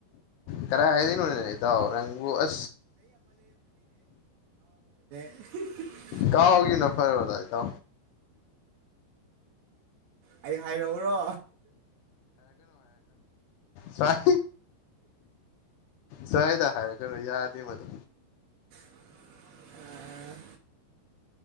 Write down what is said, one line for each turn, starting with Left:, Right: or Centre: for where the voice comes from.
Left: ꯀꯔ ꯍꯥꯏꯗꯤꯅꯤꯗ ꯔꯪꯣꯁ
Right: <unintelligible>
Left: ꯀ ꯍꯒꯅ ꯐꯔꯦ ꯑꯣꯏꯗꯥꯏ ꯇꯣ
Right: ꯑꯩ ꯍꯥꯏꯔꯛꯎꯔꯣ
Left: ꯁ <unintelligible> ꯆꯥꯏꯗ ꯍꯥꯏꯔꯦ ꯈꯔꯣ ꯌꯥꯗ ꯃꯗꯨ
Right: ꯑ